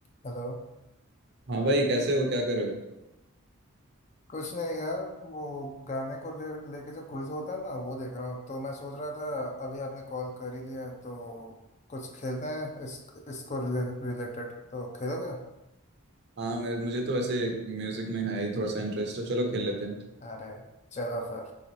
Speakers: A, on the left (about 35°); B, on the right (about 50°).
A: Hello
B: हाँ भाई कैसे हो क्या कर रहे हो
A: कुछ नहीं यार वो गाने को ले लेके जो क्विज होता है ना वो देख रहा हूँ तो मैं सोच रहा था अभी आपने कॉल कर ही लिया है, तो कुछ खेलते हैं इस इसको रिलेटेड तो खेलोगे
B: हाँ मैं मुझे तो ऐसे म्यूजिक में है ही थोड़ा सा इंटरेस्ट है चलो खेल लेते हैं
A: अरे चलो फिर